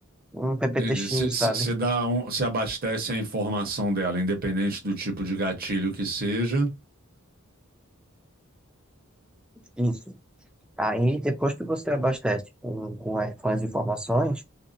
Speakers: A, in the centre; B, on the right.
A: um PPTX,
B: Entendi. Você
A: sabe?
B: dá um, você abastece a informação dela, independente do tipo de gatilho que seja.
A: Isso. Aí, depois que você abastece com, com as com as informações,